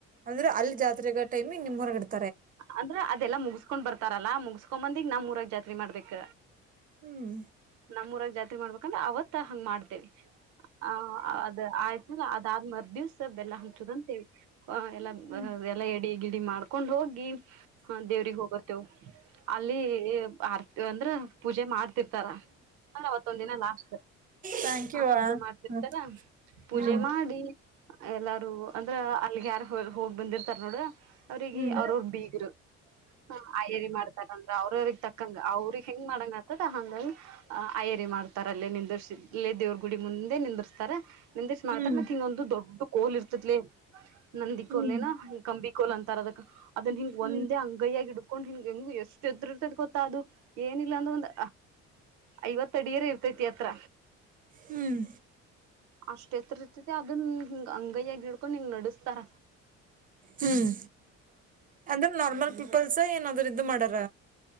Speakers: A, on the right; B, on the right.
A: ಅಂದ್ರೆ ಅಲ್ಲಿ ಜಾತ್ರೆ ಟೈಮಿ ನಿಮ್ಮ ಊರಾಗ ಇಡ್ತಾರ
B: ಅಂದ್ರ ಅದೆಲ್ಲ ಮುಗಸ್ಕೊಂಡ್ ಬರ್ತಾರಲ್ಲಾ ಮುಗಸ್ಕೊ ಬಂದಿ ನಮ್ಮ ಊರಾಗ ಜಾತ್ರೆ ಮಾಡ್ಬೇಕ
A: ಹ್ಮ್
B: ನಮ್ಮೂಊರಾಗ ಜಾತ್ರೆ ಮಾಡ್ಬೇಕಂದ್ರೆ ಅವತ್ತ ಹಂಗ್ ಮಾಡ್ತೇವಿ ಆ ಅದ್ ಆಯ್ತಲ್ಲ ಅದಾದ್ ಮರ್ ದಿವ್ಸ ಬೆಲ್ಲ ಹಂಚುದಂತೇಳಿ ಎಲ್ಲ
A: ಹ್ಮ್
B: ಅದೆಲ್ಲಾ ರೆಡಿ ಗಿಡಿ ಮಾಡ್ಕೊಂಡ್ ಹೋಗಿ ಹ ದೇವ್ರಿಗೆ ಹೋಗಿ ಬರ್ತೇವು ಅಲ್ಲಿ ಆರ್ತಿ ಅಂದ್ರ ಪೂಜೆ ಮಾಡ್ತಿರ್ತಾರ ಅಲ್ಲ ಅವತ್ತೊಂದ ದಿನ ಲಾಸ್ಟ್
A: ಥ್ಯಾಂಕ್ ಯು
B: ಹ
A: ವಾ
B: ಪೂಜೆ ಮಾಡ್ತಿರ್ತಾರ
A: ಹ್ಮ್
B: ಪೂಜೆ
A: ಹ್ಮ್
B: ಮಾಡಿ ಎಲ್ಲಾರು ಅಂದ್ರ ಅಲ್ಲಿಗೆ ಯಾರ ಹೋಗ್ ಬಂದಿರ್ತಾರ ನೋಡ ಅವ್ರಿಗೆ
A: ಹ್ಮ್
B: ಅವ್ರ ಅವ್ರ ಬೀಗರು ಹ ಅಯ್ಯರಿ ಮಾಡ್ತಾರಂದ್ರ ಅವ್ರ ಅವ್ರಗ್ ತಕ್ಕಂಗ ಅವ್ರಗ್ ಹೆಂಗ್ ಮಾಡಂಗ ಆತದ ಹಂಗಂಗ ಅಯ್ಯರಿ ಮಾಡ್ತಾರಲ್ಲೇ ನಿರ್ಸೇ ದೇವ್ರ ಗುಡಿ ಮುಂದೆ ನಿಂದರ್ ತಾರ ನಿಂದೆಷ್ಟ ಮಾಡ್ತಾರ
A: ಹ್ಮ್
B: ಮತ್ತತ್ ಹಿಂಗೊಂದು ದೊಡ್ಡ ಕೋಲ್ ಇರ್ತತ್ಲಿ ನಂದಿ
A: ಹ್ಮ್
B: ಕೋಲ್ ಏನ ಕಂಬಿ ಕೋಲ್ ಅಂತಾರ ಅದಕ್ ಅದನ್ ಹಿಂಗ
A: ಹ್ಮ್
B: ಒಂದೇ ಅಂಗಯ್ಯಾಗಿ ಇಡ್ಕೊಂದು ಹಕೊಂಡ್ ಹಂಗೆ ಎಷ್ಟ ಎದುರ ಇರ್ತದ ಗೊತ್ತಾ ಅದು ಏನಿಲ್ಲ ಅಂದ್ರ ಒಂದು ಐವತ್ತ ಅಡಿಯರ ಇರ್ತ ಐತಿ ಎತ್ರ
A: ಹ್ಮ್
B: ಅಷ್ಟ್ ಎತ್ರ ಇರ್ತದೆ ಅದ ಹಿಂಗ ಅಂಗಯ್ಯಗ ಹಿಡ್ಕೊಂಡ್ ಹಂಗ್ ನೆಡಿಸ್ತಾರ
A: ಹ್ಮ್ ಅಂದ್ರೆ ನಾರ್ಮಲ್ ಪೀಪಲ್ಸ್ ಏನಾದ್ರು ಇದ್ದು ಮಾಡಾರ